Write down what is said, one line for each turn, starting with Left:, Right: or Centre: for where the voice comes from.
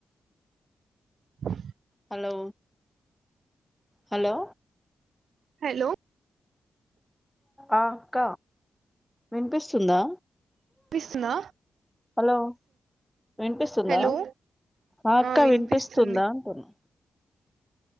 Right: ఆహ్.
Centre: హలో. హలో.
Right: హలో.
Centre: ఆహ్ అక్క వినిపిస్తుందా.
Right: వినిపిస్తుందా
Centre: హలో వినిపిస్తుందా
Right: హలో
Centre: ఆ అక్క
Right: ఆహ్ వినిపిస్తుంది.
Centre: వినిపిస్తుందా అంటున్నా